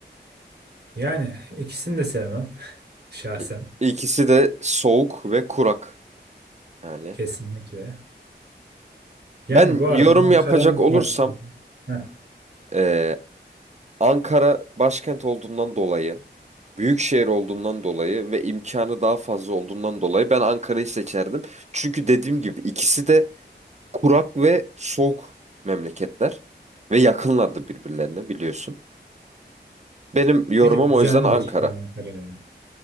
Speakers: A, on the right; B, on the right.
A: Yani ikisini de sevmem şahsen.
B: İ- İkisi de soğuk ve kurak. Yani
A: Kesinlikle. Yani
B: Ben
A: bu
B: yorum
A: arada Ankara'nın
B: yapacak olursam
A: karşısında. Heh,
B: eee, Ankara başkent olduğundan dolayı, büyük şehir olduğundan dolayı ve imkanı daha fazla olduğundan dolayı ben Ankara'yı seçerdim. Çünkü dediğim gibi ikisi de kurak ve soğuk memleketler ve yakınlardı birbirlerine biliyorsun. Benim yorumum
A: bir de düzenli
B: o yüzden Ankara.
A: de şehir Ankara yani.